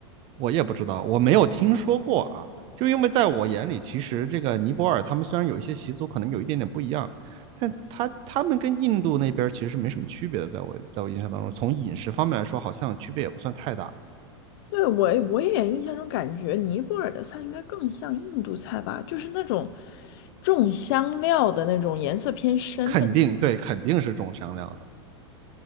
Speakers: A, on the right (about 40°); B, on the left (about 55°).
A: 我也不知道，我没有听说过啊。就因为在我眼里，其实这个尼泊尔他们虽然有一些习俗可能有一点点不一样，但他他们跟印度那边其实是没什么区别的。在我在我印象当中，从饮食方面来说，好像区别也不算太大。
B: 对，我我也印象中感觉尼泊尔的菜应该更像印度菜吧，就是那种重香料的那种，颜色偏深的。
A: 肯定对，肯定是中香料的，